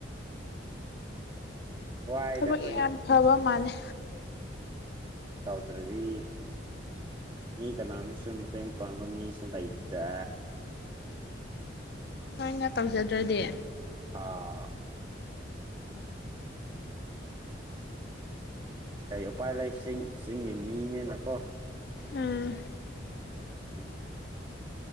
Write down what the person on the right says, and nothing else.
ꯋꯥꯏꯗ
ꯑꯩꯈꯣꯏ
ꯇꯧꯗ꯭ꯔꯗꯤ ꯃꯤ ꯀꯅꯥꯝꯁꯨ ꯃꯇꯦꯡ ꯄꯥꯡꯕ ꯃꯤꯁꯨ ꯂꯩꯇꯦ
ꯑ ꯀꯔꯤ ꯎꯄꯥꯏ ꯂꯩ ꯆꯤꯡ ꯆꯤꯡꯒꯤ ꯃꯤꯅꯤꯅꯀꯣ
ꯎꯝ